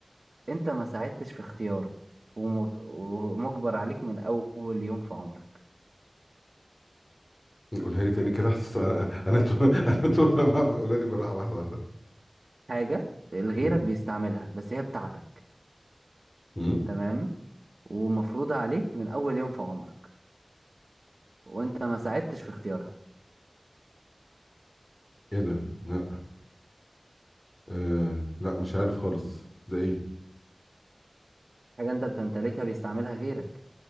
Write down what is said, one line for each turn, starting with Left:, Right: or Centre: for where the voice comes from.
Right: انت ما ساعدتش في اختياره وم- ومجبر عليك من أول يوم في عمرك
Left: قولها لي تاني كده <laughs> حاسس انا انا تو... <laughs> انا تو... قولها لي بالراحه واحده واحده
Right: حاجة غيرك
Left: مم.
Right: بيستعملها بس هي بتاعتك
Left: مم.
Right: تمام ومفروضة عليك من أول يوم في عمرك وأنت ما ساعدتش في اختيارها
Left: ايه ده لا آه لا مش عارف خالص ده ايه
Right: حاجة أنت بتمتلكها بيستعملها غيرك